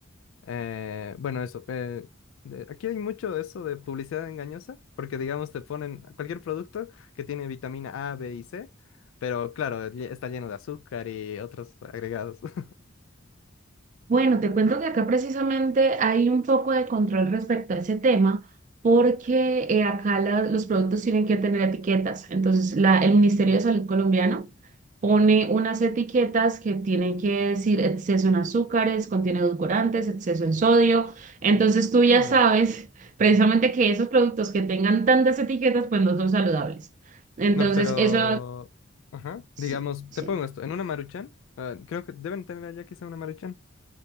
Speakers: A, on the left (about 70°); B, on the right (about 40°).
A: Eh, bueno, eso. eh, de- aquí hay mucho de eso de publicidad engañosa porque digamos te ponen cualquier producto que tiene vitamina A, B y C, pero claro, lle- está lleno de azúcar y otros agregados. <laughs>
B: Bueno, te cuento que acá precisamente hay un poco de control respecto a ese tema, porque eh, acá la- los productos tienen que tener etiquetas. Entonces, la- el Ministerio
A: Ujú.
B: de Salud colombiano pone unas etiquetas que tienen que decir exceso en azúcares, contiene edulcorantes, exceso en sodio. Entonces, tú ya
A: Mm,
B: sabes <laughs> precisamente que esos productos que tengan tantas etiquetas, pues no son saludables. Entonces,
A: No, pero...
B: eso...
A: Ajá.
B: sí,
A: Digamos,
B: sí.
A: te pongo esto, en una Maruchan, ah, creo que deben tener allá quizá una Maruchan.